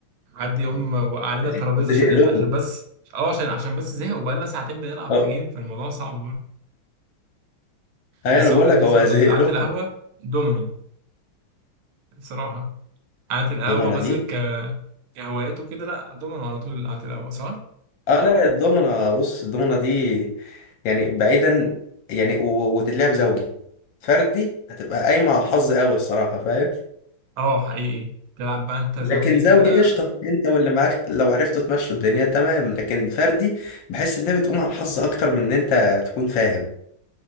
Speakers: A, on the right (about 80°); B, on the left (about 70°).
A: حد يقوم وقع علينا
B: <laughs>
A: الترابيزه
B: زهق
A: عشان يعني
B: لكم
A: عشان بس اه عشان عشان بس زهق وبقالنا ساعتين بنلعب
B: اه
A: في جيم فالموضوع صعب
B: ايوه
A: بس
B: انا بقول
A: هو بالنسبة
B: لك هو زهق
A: لقعدة
B: لكم
A: القهوة دومينو بصراحة قعدة القهوة
B: الضمنه
A: مثلا
B: دي
A: ك- كهوايات وكده لا دومينو على طول قعدة القهوة صح؟
B: اه لا الضمنة بص الضمنة دي يعني بعيدا يعني و- وتتلعب زوجي فردي هتبقى قايمة على الحظ قوي الصراحة فاهم
A: اه حقيقي تلعب بقى انت زوجي
B: لكن زوجي
A: كده
B: قشطة انت واللي معاك لو عرفتوا تمشوا الدنيا تمام لكن فردي بحس انها بتقوم على الحظ اكتر من ان انت تكون فاهم